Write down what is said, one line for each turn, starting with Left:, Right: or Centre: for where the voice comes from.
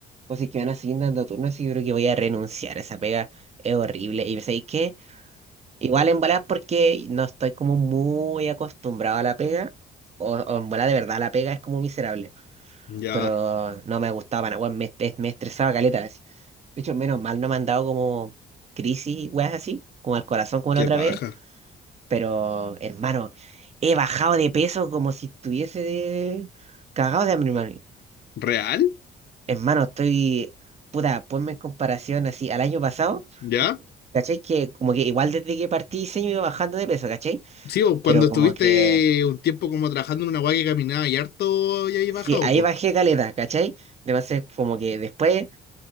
Right: o si es que me van a seguir dando turnos y yo creo que voy a renunciar. Esa pega es horrible. Y sabéis que igual en bola porque no estoy como muy acostumbrado a la pega o, o en bola de verdad la pega es como miserable.
Left: Ya,
Right: Pero no me gustaba, para nada, weón, me, est- me estresaba caleta. De hecho, menos mal no me han dado como crisis, weas así, como el corazón como
Left: qué
Right: la otra
Left: paja.
Right: vez. Pero, hermano, he bajado de peso como si estuviese de... cagado de hambre, hermano.
Left: ¿Real?
Right: Hermano, estoy... Puta, ponme en comparación así al año pasado.
Left: ¿Ya?
Right: ¿Cachai? Que como que igual desde que partí diseño iba bajando de peso, ¿cachai?
Left: Sí, o cuando
Right: Pero
Left: estuviste
Right: como que,
Left: un tiempo como trabajando en una guay que caminaba y harto y ahí
Right: sí,
Left: bajado,
Right: ahí
Left: pues.
Right: bajé caleta, ¿cachai? Además, como que después